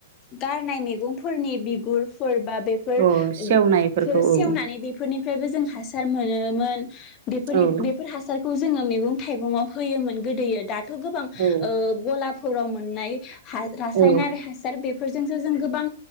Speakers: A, on the left; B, on the right.
A: गारनायनि गंफोरनि बिगुरफोर बा फोर
B: औ
A: ओग
B: सेवनायफोरखौ
A: फोर सेवनानै
B: औ
A: बेफोरनिफ्रायबो जों हासार मोनोमोन। बेफोरनि
B: औ
A: बेफोर हासारखौ जोंङो मैगं थाइगं आव होयोमोन गोदोयो दाथ' गोबां ओ
B: औ
A: गलाब फोराव मोननाय हा रासायनारि
B: औ
A: हासार बेफोरजोंसो जों गोबां